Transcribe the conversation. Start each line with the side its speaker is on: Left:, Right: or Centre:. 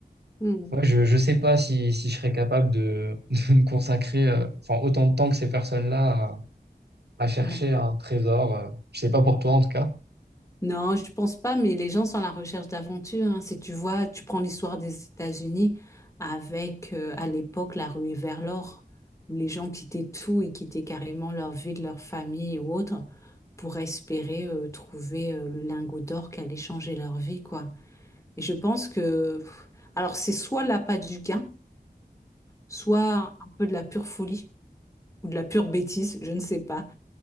Left: Hmm.
Right: ouais, je ne sais pas si, si je serais capable de, <laughs> de me consacrer euh, enfin, autant de temps que ces personnes-là à, à chercher
Left: Ouais.
Right: un trésor. euh. Je sais pas pour toi en tout cas.
Left: Non, je pense pas, mais les gens sont à la recherche d'aventure. hein. Si tu vois, tu prends l'histoire des États-Unis avec, euh, à l'époque, la ruée vers l'or, où les gens quittaient tout et quittaient carrément leur vie, de leur famille ou autre pour espérer euh, trouver euh, le lingot d'or qui allait changer leur vie, quoi. Et je pense que, pff, alors c'est soit l'appât du gain, soit un peu de la pure folie ou de la pure bêtise, je ne sais pas.